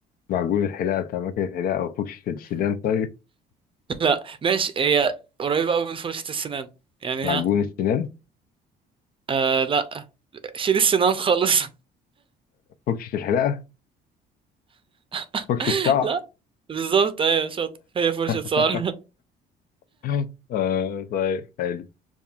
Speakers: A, on the left (about 60°); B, on the right (about 30°).
A: معجون الحلاقه بتاع مكنه الحلاقه وفرشه السنان طيب
B: <laughs> لا ماشي هي قريبة قوي من فرشة السنان يعني
A: معجون
B: ها
A: السنان
B: آه لا شيل السنان خالص
A: فرشه الحلاقه
B: <laughs>
A: فرشه شعر
B: لا بالظبط ايوه شاطر هي فرشة
A: <laughs>
B: شعر
A: <laughs> آه طيب حلو